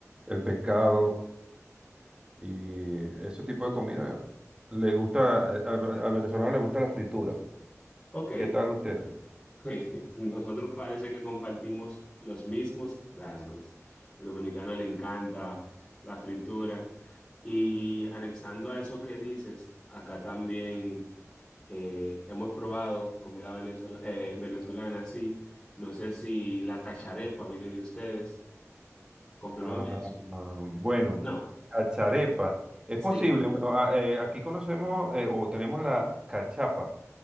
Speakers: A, on the right (about 15°); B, on the left (about 25°).
A: El pescado. Y ese tipo de comida le gusta, eh, al, al venezolano le gusta la fritura.
B: Ok.
A: ¿Qué tal ustedes?
B: <laughs> Nosotros parece que compartimos los mismos rasgos. Al dominicano le encanta la fritura. Y anexando a eso que dices, acá también eh, hemos probado comida venezol- eh, venezolana, sí. No sé si la cacharepa viene de ustedes. Confírmame
A: Ah, ah,
B: eso.
A: bueno,
B: No,
A: cacharepa. Es
B: sí.
A: posible, bueno, ah, eh, aquí conocemos eh, o tenemos la cachapa.